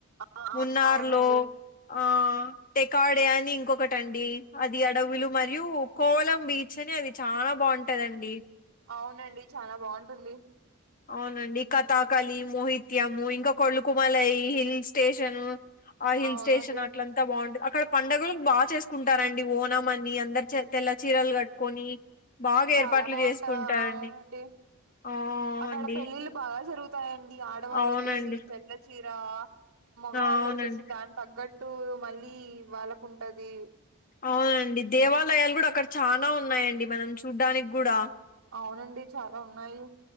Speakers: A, on the right (about 75°); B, on the left (about 40°).
A: ఆ
B: మున్నార్
A: ఆ అవునండి
B: లో ఆ టెకాడే అని ఇంకొకటండి అది అడవులు మరియు కోలం బీచ్ కని అది చాలా బాగుంటాదండి.
A: అవునండి చాలా బాగుంటుంది
B: అవునండి కథాకళి మోహిత్యము ఇంకా కొళ్ళకుమలై హిల్ స్టేషను ఆ హిల్
A: అవునండి
B: స్టేషన్ అట్లంతా బాగు అక్కడ పండుగలు బాగా చేసుకుంటారండి ఓనం అని అందరు తెల్ల చీరలు కట్టుకొని బాగా
A: చాలా
B: ఏర్పాట్లు
A: బాగుంటా
B: చేసుకుంటారండి
A: ఆ అవునండి
B: ఆ
A: అక్కడ
B: అండి
A: పెళ్ళిళ్ళు బాగా జరుగుతాయండి ఆడవాళ్ళు
B: అవునండి.
A: వచ్చేసి తెల్ల చీర మోగవాళ్ళు
B: ఆ, అవునండి.
A: వచ్చేసి దాని తగ్గట్టు మళ్ళ వాళ్ళకుంటది
B: అవునండి. దేవాలయాలు కూడా అక్కడ చనా ఉన్నాయండి. మనం చూడ్డానికి కూడా
A: అవునండి. చాలా ఉన్నాయి